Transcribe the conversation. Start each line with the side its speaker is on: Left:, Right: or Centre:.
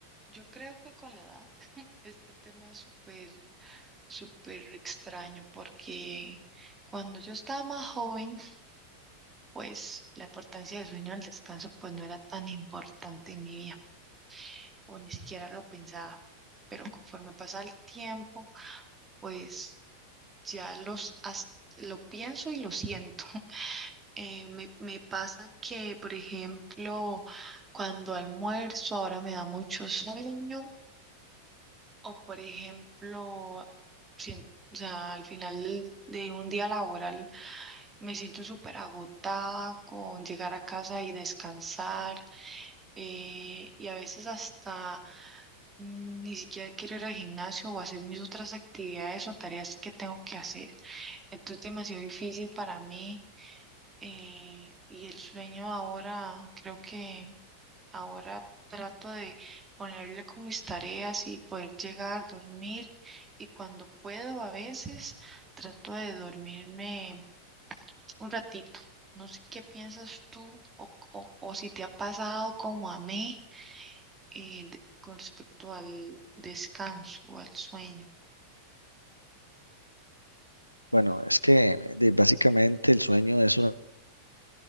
Right: yo creo que con la edad <laughs> este tema es súper, súper extraño porque cuando yo estaba más joven, pues la importancia del sueño y el descanso pues no era tan importante en mi vida o ni siquiera lo pensaba. Pero conforme pasa el tiempo, pues ya los, as- lo pienso y lo siento. <laughs> Eh, me, me pasa que, por ejemplo, cuando almuerzo ahora me da mucho sueño o, por ejemplo, sien- o sea, al final de un día laboral me siento súper agotada con llegar a casa y descansar eh, y a veces hasta mm, ni siquiera quiero ir al gimnasio o hacer mis otras actividades o tareas que tengo que hacer. Entonces es demasiado difícil para mí eh, y el sueño ahora, creo que ahora trato de ponerle con mis tareas y poder llegar, dormir. Y cuando puedo, a veces trato de dormirme un ratito. No sé qué piensas tú o, o, o si te ha pasado como a mí eh, de- con respecto al descanso o al sueño.
Left: Bueno, es que de- básicamente el sueño es una,